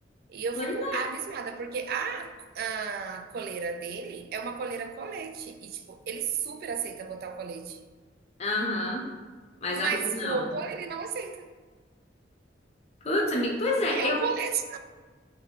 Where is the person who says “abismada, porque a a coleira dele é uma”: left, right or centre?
Right